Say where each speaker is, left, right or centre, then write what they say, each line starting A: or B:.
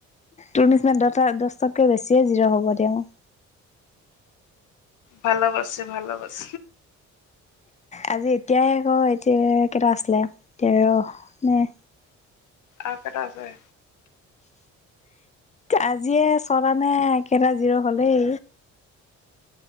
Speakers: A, on the left; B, on the left.
A: তোৰ নিচিনা দহটা দহটাতকৈ বেছিয়ে জিৰ' হ'ব এতিয়া মো-
B: ভালবাছে ভালবাছ-
A: আজি এতিয়াই আকৌ এতিয়া কেইটা আছিলে টেৰ নে-
B: আৰু কেইটা আছে?
A: আজিয়ে ছয়টা নে কেইটা জিৰ হলেই।